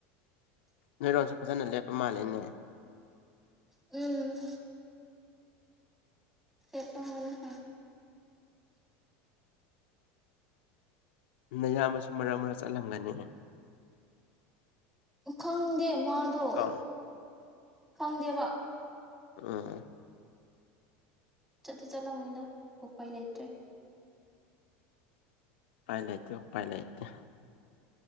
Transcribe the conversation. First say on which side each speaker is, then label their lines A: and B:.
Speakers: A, on the left (about 80°); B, in the centre.
A: ꯅꯣꯏꯔꯣꯟꯜꯁꯨ ꯐꯖꯅ ꯂꯦꯞꯄ ꯃꯥꯜꯂꯤꯅꯦ
B: ꯎꯝ ꯆꯠꯀꯝ ꯃꯍ
A: ꯅꯌꯥꯝꯕꯁꯨ ꯃꯔꯛ ꯃꯔꯛ ꯆꯠꯂꯝꯒꯅꯤ
B: ꯈꯪꯗꯦ ꯃꯥꯗꯣ
A: ꯀꯣ
B: ꯈꯪꯗꯦꯕ
A: ꯑ
B: ꯆꯠꯗꯤ ꯆꯠꯂꯉꯅꯤꯗ ꯑꯣꯄꯥꯏ ꯂꯩ ꯏꯇ꯭ꯔꯦ
A: ꯎꯄꯥꯏ ꯂꯩꯇꯦ ꯎꯄꯥꯏ ꯂꯩꯇꯦ